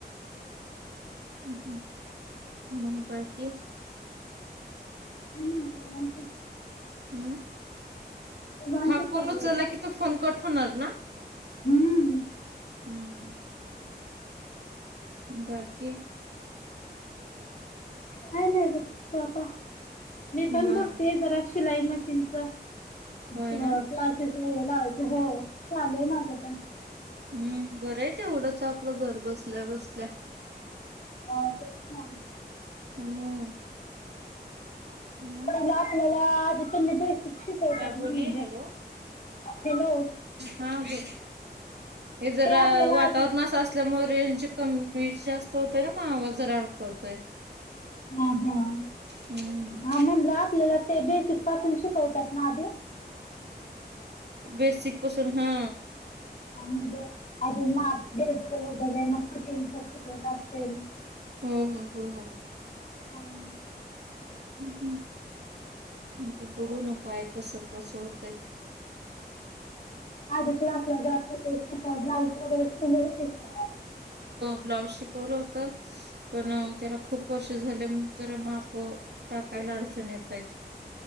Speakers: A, on the right (about 75°); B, on the left (about 45°).
A: हम हं मग बाकी?
B: काही नाही निवांत
A: हम
B: निवांत
A: हा फोन
B: चाललंय
A: उचला
B: बघ.
A: की तो फोन कट होणार ना
B: हम्म
A: हम्म. बाकी
B: काय नाही बघतो आता मी
A: निवांत
B: पण बघते जरा शिलाई मशीनच क्लासेस
A: होय ना?
B: वगैरे लावायचे हो चालूय माझं पण
A: हम्म बरं आहे तेवढंच आपलं घर बसल्या बसल्या
B: हो तेच ना.
A: हम्म मग
B: पहिलं आपल्याला बेसिक शिकवतात
A: काय
B: ना
A: बोलली?
B: म्हणजे
A: हॅलो
B: हॅलो
A: हा बोल हे जरा
B: ते आपल्याला
A: वातावरण
B: आधी
A: असं असल्यामुळे वीज जास्त होतय ना आवाज जरा अडखळतोय.
B: ह हा
A: हम्म
B: हा म्हण आपल्याला ते बेसिक पासून शिकवतात ना आधी
A: बेसिक पसून हा
B: ह म्हणजे आधून माप वगैरे मग कटिंगच शिकवत असेल.
A: हम्म हम् हम्म
B: हम
A: हम्म ् हम् बघू न काय कस कस होतय?
B: आधी क्लासला जात होते तिथ ब्लाउज वगैरे शिवले होते काय?
A: ब्लॉऊस शिकवल होत पण त्याला खूप वर्ष झालं जरा मापं कायला अडचण येतय